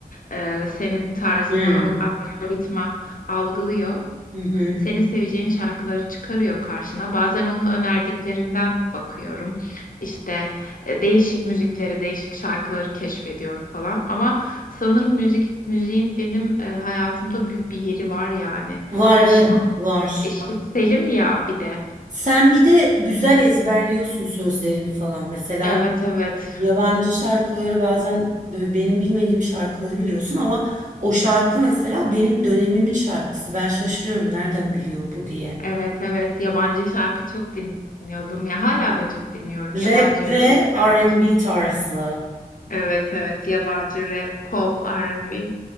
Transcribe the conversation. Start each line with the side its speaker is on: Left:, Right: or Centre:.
Left: Ee, senin tarzını
Right: Hmm.
Left: al- algoritma algılıyor.
Right: Hı hı.
Left: Senin seveceğin şarkıları çıkarıyor karşına. Bazen onun önerdiklerinden bakıyorum. İşte e, değişik müzikleri, değişik şarkıları keşfediyorum falan. Ama sanırım müzik müziğin benim e, hayatımda büyük bir yeri var yani.
Right: Var evet
Left: İş,
Right: var.
Left: işitselim ya bir de.
Right: Sen bir de güzel ezberliyorsun sözlerini falan. Mesela
Left: Evet evet.
Right: yabancı şarkıları bazen böyle benim bilmediğim şarkıları biliyorsun ama o şarkı mesela benim dönemimin şarkısı. Ben şaşırıyorum nereden biliyor bu diye.
Left: Evet evet. Yabancı şarkı çok dinliyordum ya. Hala da çok dinliyorum yabancı
Right: Rap ve R&B
Left: rap.
Right: tarzı.
Left: Evet evet yabancı rap, pop, R&B.